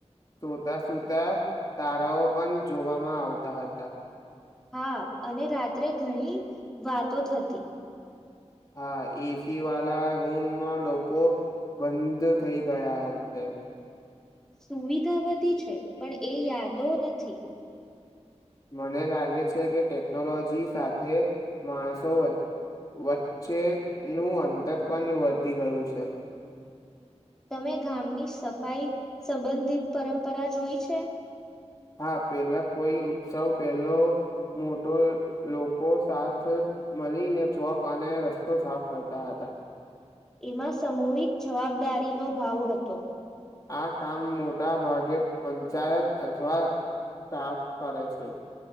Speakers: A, on the left; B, in the centre.
A: સુતા સુતા તારાઓ પણ જોવામાં આવતા હતા.
B: હા અને રાત્રે ઘણી વાતો થતી.
A: હા એસી વાલા રૂમમાં લોકો બંધ થઈ ગયા છે.
B: સુવિધા વધી છે પણ એ યાદો નથી.
A: મને લાગે છે કે ટેકનોલોજી સાથે માણસો વ વચ્ચેનું અંતર પણ વધી ગયું છે.
B: તમે ગામની સફાઈ સંબંધિત પરંપરા જોઈ છે.
A: હા પેલા કોઈ ઉત્સવ પહેલો મોટો લોકો સાથ મલીને ચોક અને રસ્તો સાફ કરતા હતા.
B: એમાં સામૂહિક જવાબદારીનો ભાવ હતો.
A: આ કામ મોટા ભાગે પંચાયત અથવા સ્ટાફ કરે છે.